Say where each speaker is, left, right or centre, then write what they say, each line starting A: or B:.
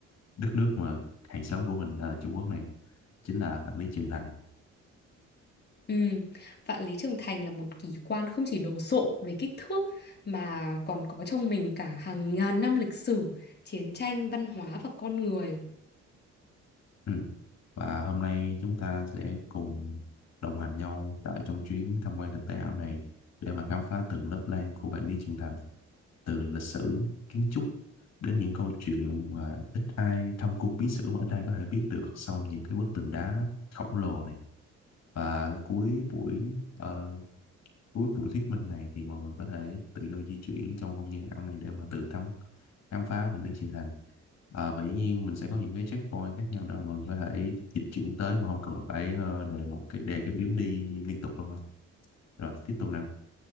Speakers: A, on the left; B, on the left.
A: đất nước mà hàng xóm của mình là Trung Quốc này, chính là Vạn Lý Trường Thành.
B: Ừ, vạn lý trường thành là một kỳ quan không chỉ đồ sộ về kích thước mà còn có trong mình cả hàng ngàn năm lịch sử, chiến tranh, văn hóa và con người.
A: Ừ. Và hôm nay chúng ta sẽ cùng đồng hành nhau tại trong chuyến tham quan thực tế ảo này để mà khám phá từng lớp lang của Vạn Lý Trường Thành, từ lịch sử, kiến trúc đến những câu chuyện mà ít ai thâm cung bí sử mà ít ai có thể biết được sau những cái bức tường đá khổng lồ này. và cuối buổi ờ, cuối buổi thuyết minh này thì mọi người có thể tự do di chuyển trong không gian ảo này để mà tự thăm khám phá và lý trình thành Ờ, và dĩ nhiên mình sẽ có những cái checkpoint khác nhau đó mà mình có thể dịch chuyển tới mà không cần phải ờ, đề một cái đề cái điểm đi liên tục đâu ha rồi tiếp tục nào